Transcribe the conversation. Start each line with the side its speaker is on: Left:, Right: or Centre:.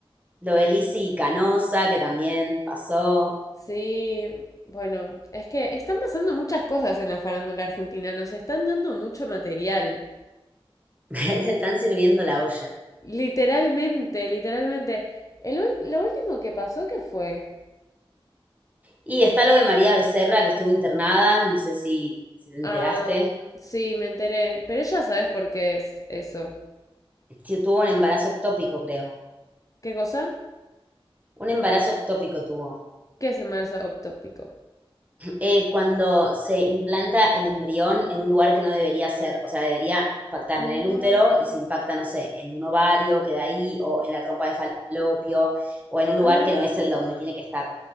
Right: lo de Lizzy Canosa, que también pasó,
Left: Sí, bueno, es que están pasando muchas cosas en la farándula argentina, nos están dando mucho material.
Right: <laughs> le están sirviendo la olla.
Left: Literalmente, literalmente. El ul- lo último que pasó, ¿qué fue?
Right: Y está lo de María Becerra, que estuvo internada, no sé si, si te enteraste,
Left: Ah, sí, me enteré. Pero ya sabes por qué es eso.
Right: que tuvo un embarazo ectópico, creo.
Left: ¿Qué cosa?
Right: Un embarazo ectópico tuvo.
Left: ¿Qué es el embarazo ectópico?
Right: eh, cuando se implanta el embrión en un lugar que no debería ser, o sea, debería impactar
Left: Ah,
Right: en el útero y se impacta, no sé, en un ovario, queda ahí, o en la trompa de falopio, o en un lugar
Left: ah.
Right: que no es el donde tiene que estar.